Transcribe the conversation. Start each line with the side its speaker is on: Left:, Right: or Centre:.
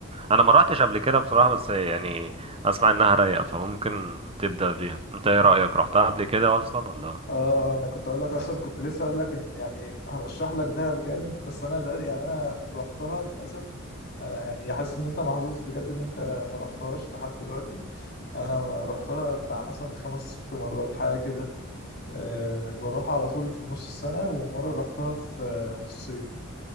Right: انا ما رحتش قبل كده بصراحه بس يعني اسمع انها رايقه فممكن تبدا فيها انت ايه
Left: آه,
Right: رايك رحتها قبل كده اصلا ولا
Left: اه انا كنت اقول لك اصلا كنت لسه اقول لك ان يعني هرشح لك دهب جامد بس انا للأ- يعني انا رحتها للاسف انا يعني حاسس ان انت محظوظ بجد ان انت ما رحتهاش لحد دلوقتي انا رحتها بتاع مثلا خمس ست مرات حاجة كده أه بروح على طول في نص السنة ومرة رحتها في آه، في الصيف